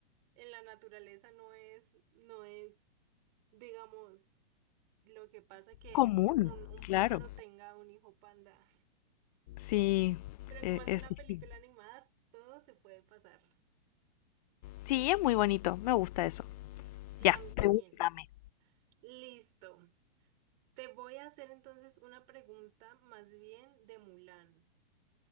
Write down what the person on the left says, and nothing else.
Común,
claro.
Sí,
eh,
es
distinto.
Sí, es muy bonito, me gusta eso.
Ya,
pregúntame.